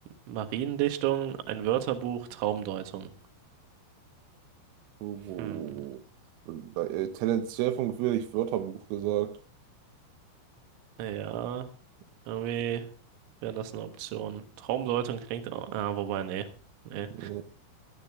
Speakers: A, on the right; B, on the right.
A: Mariendichtung, ein Wörterbuch, Traumdeutung.
B: Uh,
A: Hm,
B: äh, tendenziell vom Gefühl, ich Wörterbuch gesagt.
A: ja, irgendwie wäre das eine Option. Traumdeutung klingt auch, ah, wobei, nee, nee,
B: Nee.